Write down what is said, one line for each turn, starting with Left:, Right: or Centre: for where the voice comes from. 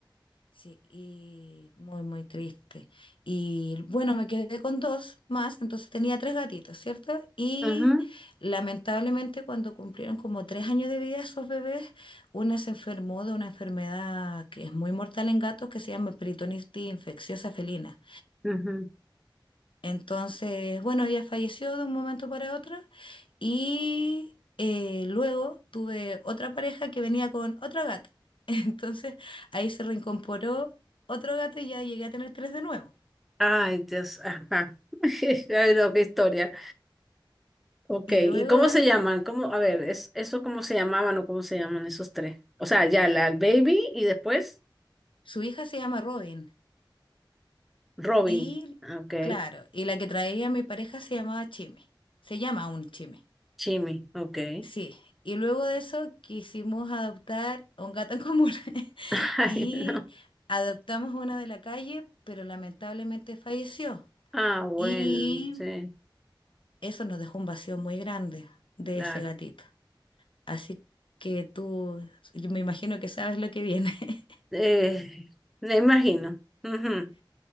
Left: sí, y muy, muy triste. Y bueno, me quedé con dos más, entonces tenía tres gatitos, ¿cierto? Y
Centre: Ujú,
Left: lamentablemente cuando cumplieron como tres años de vida esos bebés, una se enfermó de una enfermedad que es muy mortal en gatos que se llama peritonitis infecciosa felina.
Centre: ujú.
Left: Entonces, bueno, ella falleció de un momento para otro y eh, luego tuve otra pareja que venía con otro gato. <laughs> Entonces, ahí se reincorporó otro gato y ya llegué a tener tres de nuevo.
Centre: Ay, Dios, ajá. <laughs> Ay, no, qué historia. Ok,
Left: Y luego
Centre: ¿y cómo se llaman? ¿Cómo, a ver, es, eso cómo se llamaban o cómo se llaman esos tres? O sea, ya, la el baby y después
Left: su hija se llama Robin
Centre: Robin.
Left: y,
Centre: Ok,
Left: claro, y la que traía a mi pareja se llamaba Chime. Se llama aún Chime.
Centre: Jimmy, ok. <laughs>
Left: Sí, y luego de eso quisimos adoptar a un gato en común <laughs>
Centre: Ay,
Left: y
Centre: no.
Left: adoptamos una de la calle, pero lamentablemente falleció
Centre: Ah, bueno,
Left: y
Centre: sí,
Left: eso nos dejó un vacío muy grande de
Centre: claro.
Left: ese gatito. Así que tú, yo me imagino que sabes lo que viene. <laughs>
Centre: Eh, me imagino. Ujú.